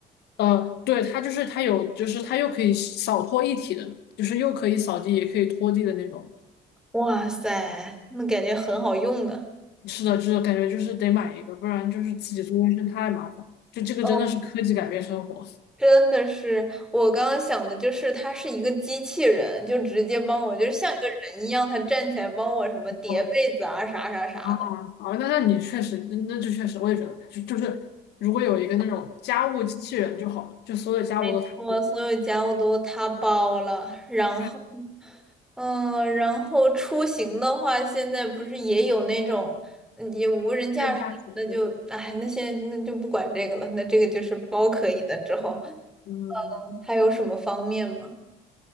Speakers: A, on the left (about 75°); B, in the centre.
A: 呃，对，他就是他有，就是他又可以扫拖一体的，就是又可以扫地也可以拖地的那种。
B: 哇塞，那感觉很好用的。
A: 是的，就是感觉就是得买一个，不然就是自己做卫生太麻烦。就这个真的是科技改变生活。
B: 啊，真的是，我刚刚想的就是，它是一个机器人，就直接帮我，就是像一个人一样，他站起来帮我什么叠被子啊，
A: 哦
B: 啥啥啥的。
A: 啊哦，那那你确实，那那就确实，我也觉得，就就是如果有一个那种家务机器人就好了，就所有家务都他做，
B: 没错，所有家务都他包了。然后，
A: 虽然
B: 嗯，然后出行的话，现在不是也有那种嗯也无人驾驶，
A: 跟驾驶，
B: 那就，
A: 对吧？
B: 哎，那现在那就不管这个了，那这个就是包可以的。之后
A: 嗯，
B: 嗯还有什么方面吗？